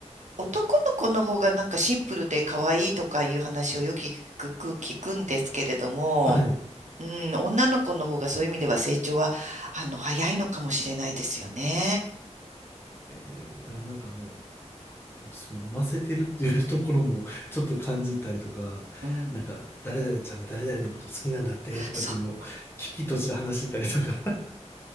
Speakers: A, on the right (about 80°); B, on the left (about 20°).
A: 男の子の方がなんかシンプルで可愛いとかいう話をよく聞く、聞くんですけれども、
B: はい。
A: うん、女の子の方がそういう意味では成長は、あの、早いのかもしれないですよね。
B: えーいや、なんかあの、そのませてるっていう <laughs> ところもちょっと感じたりとか、
A: うん。
B: なんか誰々ちゃんが誰々のこと好きなんだってとかっていうのを危機として話してたりとか、
A: そう。
B: <laughs>